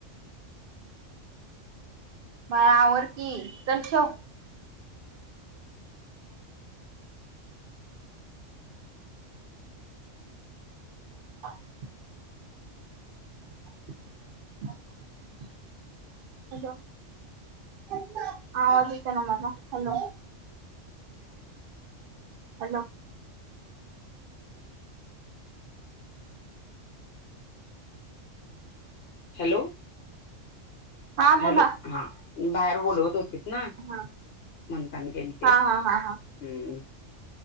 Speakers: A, on the right (about 55°); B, on the left (about 60°).
A: बाळा आवर की, चल चल <unintelligible> <unintelligible> हॅलो आवाज येतोय ना माझा, हॅलो हॅलो
B: हॅलो
A: हा
B: हॅलो,
A: बोला
B: हा बाहेर बोलवत होतीत ना.
A: हा
B: म्हणताना गेली ते,
A: हा हा हा हा
B: हम्म